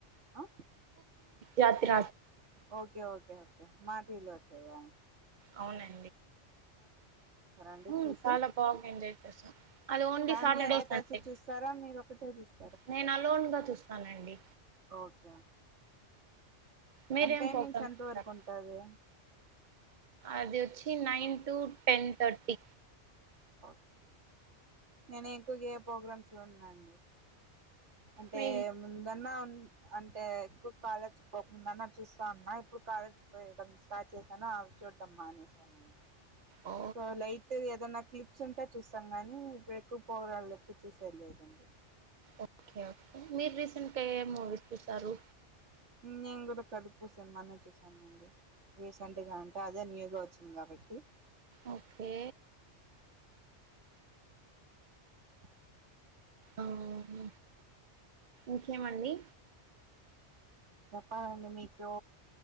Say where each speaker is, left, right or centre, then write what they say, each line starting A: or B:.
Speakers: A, on the right; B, on the right.
A: ఆ
B: యాత్ర
A: ఓకే ఓకే ఓకే మాటివిలోచ్చవా్యా
B: అవునండి
A: అందర్చూసి
B: హ్మ్ చాలా బాగా ఎంజాయ్ చేసాం అది ఓన్లీ
A: ఫ్యామిలీ
B: సాటర్డే
A: అంతా
B: సండే
A: కలిసి చూస్తారా మీరు ఒకటే చ
B: నేను అలోన్గా చూస్తానండి
A: ఓకే ఓకే
B: మీరేం
A: అం టైమింగ్స్
B: ప్రోగ్రామ్
A: ఎంత
B: చూస్తారు
A: వరకు ఉంటది
B: అది వచ్చి నైన్ టు టెన్ తర్టీ
A: ఓ నేను ఎక్కుగే ప్రోగ్రాం చూడ్నండి అంటే
B: మీ
A: ముందన్నా అంటే ఎక్కువ కాలచ్ పోకముందన్న చూస్తా అన్నా ఇప్పుడు కాలేజ్ పోయడం స్టార్ట్ చేశాను అవి చూడడం మానేసానండి
B: ఓ
A: సో లైట్గ ఏదైనా క్లిప్స్ ఉంటే చూస్తాం గానీ ఇప్పుడు ఎక్కువ పోగ్రాలు ఎక్కువ చూసే లేదండి
B: ఓకే ఓకే మీరు రీసెంట్గా ఏ మూవీస్ చూసారు
A: నేను కూడా కార్రుపు సిన్మానే చూసానండి రీసెంట్గా ఉంటే అదే న్యూగా వచ్చింది కాబట్టి
B: ఓకే
A: అ
B: ఆ హ ఇంకేమండి
A: చెప్పాలండి మీకు